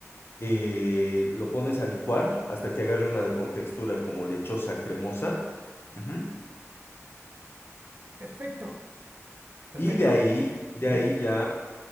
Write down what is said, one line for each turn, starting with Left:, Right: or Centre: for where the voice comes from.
Left: Eh, lo pones a licuar hasta que agarre una contextura como lechosa cremosa. Ujú.
Right: Perfecto. Perfecto.
Left: Y de ahí, de
Right: Ujú.
Left: ahí ya